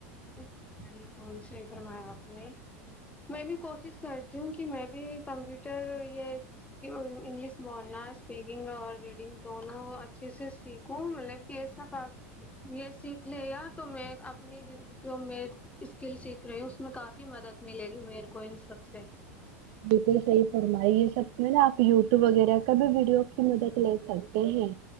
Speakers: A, on the left; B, on the right.
A: ج بلکل صحیح فرمایا آپ نے میں بھی کوشش کرتی ہوں کہ میں بھی کمپیوٹر یہ انگلش بولنا اسپیکنگ اور ریڈنگ دونوں اچھے سے سیکھوں مطلب کہ ایسا یہ سیکھ لے گا تو میں اپنی جو میں اسکل سیکھ رہی ہوں اس میں کافی مدد ملے گی میرے کو ان سب سے
B: بلکل صحیح فرمائی یہ سب میں نا آپ یوٹیوب وغیرہ کا بھی ویڈیو کی مدد لے سکتے ہیں